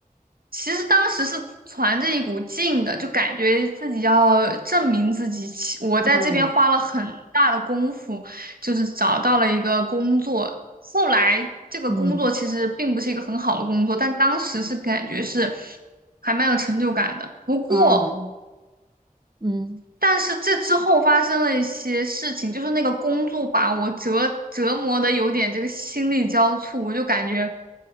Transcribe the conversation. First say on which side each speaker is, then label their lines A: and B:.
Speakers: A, on the right; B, on the right.
A: 其实当时是攒着一股劲的，就感觉自己要证明自己。其我在这边花了很大的功夫，
B: 嗯
A: 就是找到了一个工作。后来这个工作其实并不是一个很好的工作，
B: 嗯，
A: 但当时是感觉是还蛮有成就感的。不过
B: 哦嗯
A: 但是这之后发生了一些事情，就是那个工作把我折折磨的有点这个心力交瘁，我就感觉